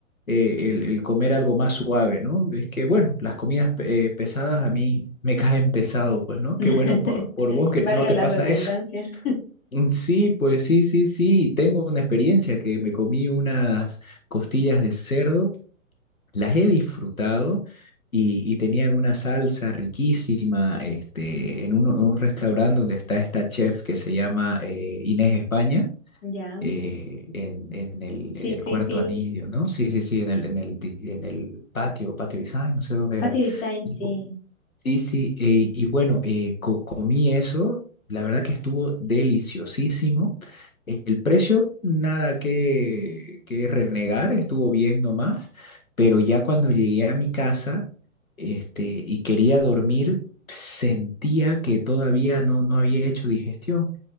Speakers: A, on the left; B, on the left.
A: eh, el, el comer algo más suave, ¿no? Es que, bueno, las comidas eh, pesadas a mí me caen pesado, pues, ¿no?
B: <laughs>
A: Qué bueno por, por vos que
B: Valga
A: no te
B: la
A: pasa
B: redundancia.
A: eso. <laughs> Mm, Sí, pues sí, sí, sí. Tengo una experiencia que me comí unas costillas de cerdo, las he disfrutado y, y tenían una salsa riquísima este, en un, un restaurante donde está esta chef que se llama eh, Inés España
B: Ya.
A: eh, en, en el,
B: Sí,
A: en el
B: sí,
A: cuarto
B: sí.
A: anillo, ¿no? Sí, sí, sí, en el, en el, di- en el patio, patio design, no sé dónde
B: Patio
A: era.
B: Design,
A: Y
B: sí.
A: bu- Sí, sí, eh, y bueno, eh, co- comí eso, la verdad que estuvo deliciosísimo. E- El precio, nada que, que renegar, estuvo bien nomás, pero ya cuando llegué a mi casa, este, y quería dormir, sentía que todavía no, no había hecho digestión.